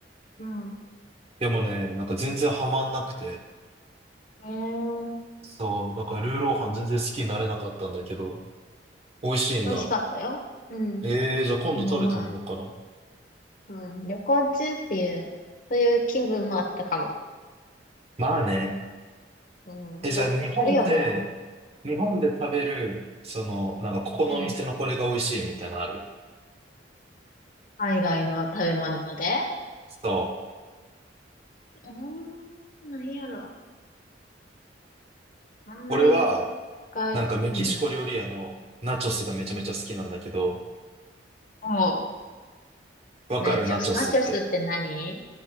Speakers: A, on the left (about 45°); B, on the right (about 35°).
A: うん
B: でもね、なんか全然ハマんなくて。
A: ええ、
B: そう、だからルーローハン全然好きになれなかったんだけど、美味しいんだ。
A: 美味しかったよ。うん。
B: ええじゃあ今度食べてみようかな。
A: でもまあ、うん、旅行中っていう、そういう気分もあったかも。
B: まあね。
A: うん。
B: え、じゃあ日本で、
A: やっぱりよな。
B: 日本で食べる、その、なんかここのお店のこれが美味しいみたいなのある
A: うん。海外の食べ物で。
B: そう。
A: うーん、何やろ。あんまり、
B: 俺は、
A: が、
B: なんかメキシコ料理屋のナチョスがめちゃめちゃ好きなんだけど、
A: うん。も
B: わかるナチョスって。
A: ナチョス。ナチョスって何